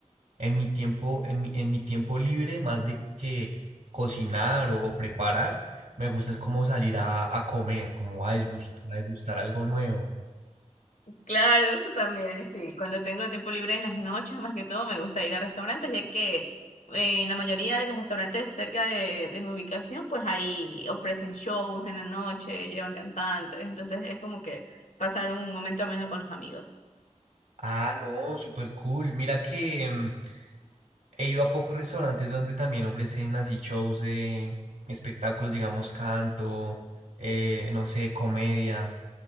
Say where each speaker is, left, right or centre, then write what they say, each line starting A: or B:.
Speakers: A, on the right; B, on the left.
A: en mi tiempo, en mi, en mi tiempo libre, más de que cocinar o, o preparar, me gusta es como salir a, a comer, como a disgust- a degustar algo nuevo.
B: Claro, eso también, sí. Cuando tengo tiempo libre en las noches, más que todo, me gusta ir a restaurantes, ya que eh, en la mayoría de los restaurantes cerca de, de mi ubicación, pues ahí ofrecen shows en la noche, llevan cantantes, entonces es como que pasar un momento ameno con los amigos.
A: Ah, no, súper cool. Mira que... mm, He ido a pocos restaurantes donde también ofrecen así shows de espectáculos, digamos, canto, eh, no sé, comedia.